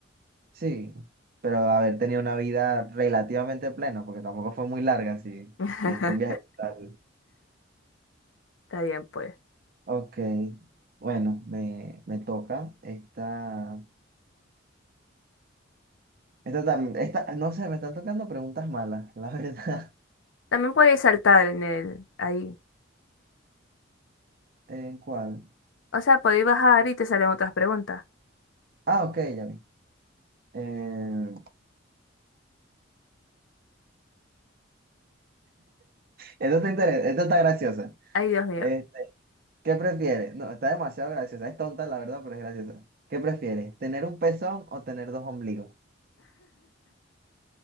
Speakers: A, on the right; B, on the left.
A: Sí, pero haber tenido una vida relativamente plena, porque tampoco fue muy larga, sí,
B: <laughs>
A: sí, es con viaje. tal.
B: Está bien, pues.
A: Ok, bueno, me, me toca. Esta, esta, tam- esta, no sé, me están tocando preguntas malas, la verdad.
B: También podéis saltar en el ahí.
A: <laughs> ¿En ¿cuál?
B: O sea, podéis bajar y te salen otras preguntas.
A: Ah, ok, ya vi. Eh, esto está interes- esto está graciosa.
B: Ay, Dios mío.
A: Este, ¿qué prefieres? No, está demasiado graciosa. Es tonta, la verdad, pero es graciosa. ¿Qué prefieres? ¿Tener un pezón o tener dos ombligos?